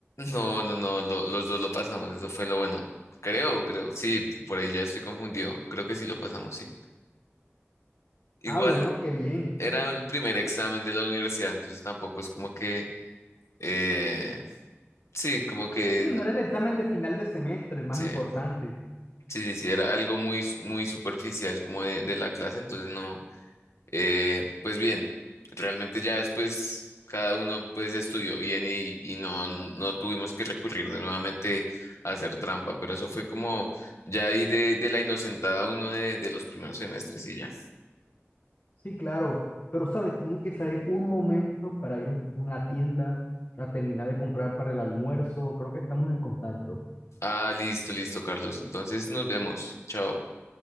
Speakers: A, on the left (about 80°); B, on the left (about 55°).
A: no, no, no, lo- los dos lo pasamos, eso fue lo bueno. Creo, creo, sí, por ahí ya estoy confundido, creo que sí lo pasamos, sí. Igual
B: Ah, bueno, qué bien.
A: era el primer examen de la universidad, entonces tampoco es como que, eh, sí, como que,
B: Sí,
A: no-
B: no era el examen de final de semestre, el más
A: sí.
B: importante.
A: Sí, sí, sí, era algo muy, s- muy superficial como de, de la clase, entonces no, eh, pues bien, realmente ya después cada uno pues estudió bien y, y no, no tuvimos que recurrir de nuevamente a hacer trampa, pero eso fue como ya ahí de, de la inocentada uno de, de los primeros semestres y ya.
B: Sí, claro. Pero, ¿sabes? Tengo que salir un momento para ir un- a una tienda, a terminar de comprar para el almuerzo. Creo que estamos en contacto.
A: Ah, listo, listo, Carlos, entonces nos vemos, chao.